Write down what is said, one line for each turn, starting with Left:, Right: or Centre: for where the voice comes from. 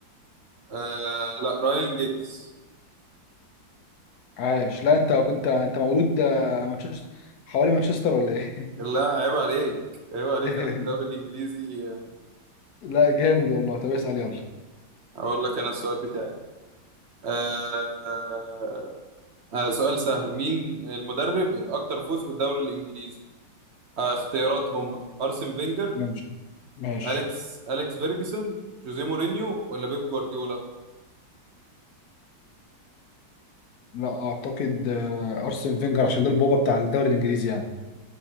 Right: آه لا رايان جيجز
Left: عاش لا انت كنت انت مولود آه، مانشستر حوالي مانشستر ولا ايه
Right: لا عيب عليك عيب عليك
Left: <laughs>
Right: انا في الدوري الانجليزي آه،
Left: لا جامد والله طب اسأل يلا
Right: اقول لك انا السؤال بتاعي آه آه سؤال سهل مين المدرب الاكثر فوز بالدوري الانجليزي آه اختيارات هم ارسن فينجر
Left: ماشي ماشي
Right: اليكس اليكس فيرجسون جوزيه مورينيو ولا بيب جوارديولا
Left: لا اعتقد آه، ارسن فينجر عشان ده البابا بتاع الدوري الانجليزي يعني